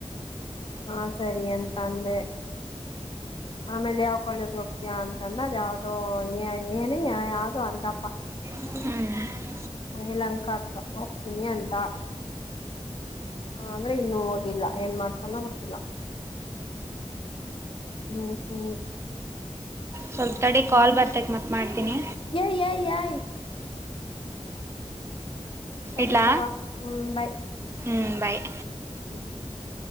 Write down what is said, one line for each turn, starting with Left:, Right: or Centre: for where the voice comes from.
Left: ಹ ಸರಿ ಅಂತ ಅಂದೆ ಆಮೇಲೆ ಯ ಕಾಲೇಜ್ ಹೋಗ್ತೀಯಾ ಅಂತಂದ್ರ ಅದ ಯಾವ್ದೋ ಏನ ಯಾವ್ದೋ ಅಂದಪ
Right: ಸ್ವಲ್ಪ
Left: ಏಲಂಕತ್ರ ಹೋಗ್ತೀನಿ ಅಂತ ಅಂದ್ರೆ ಇನ್ನುೂ ಹೋಗಿಲ್ಲ ಏನ್ ಮಾಡ್ತಾನೋ ಗೊತ್ತಿಲ್ಲ ಹ್ಮ್ ಹ್ಮ್
Right: ಸ್ವಲ್ಪ ತಡೆ ಕಾಲ್ ಬರ್ತಕ್ ಮತ್ ಮಾಡ್ತೀನಿ
Left: ಯ ಯ ಯಾ ಸರಿ
Right: ಇಡ್ಲಾ
Left: ತಗೋ ಹ್ಮ್ ಬೈ
Right: ಹ್ಞೂ ಬಾಯ್
Left: ಹ್ಮ <inaudible>